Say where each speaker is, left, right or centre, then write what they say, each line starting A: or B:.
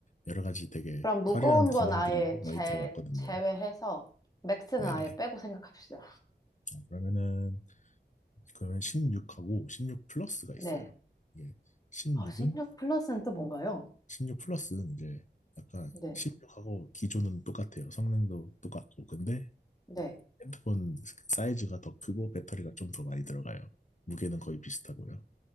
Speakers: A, on the left; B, on the left.
A: 여러 가지 되게
B: 그럼 무거운
A: 화려한 기능들이
B: 건 아예
A: 많이
B: 제,
A: 들어갔거든요.
B: 제외해서 맥스는
A: 네네.
B: 아예 빼고 생각합시다.
A: 어, 그러면은, 그러면 16하고 16 플러스가 있어요.
B: 네.
A: 이게 16은,
B: 어, 16 플러스는 또 뭔가요?
A: 16 플러스는 이제 약간
B: 네.
A: 16하고 기존은 똑같아요. 성능도 똑같고. 근데
B: 네.
A: 핸드폰 사이즈가 더 크고 배터리가 좀 더 많이 들어가요. 무게는 거의 비슷하고요.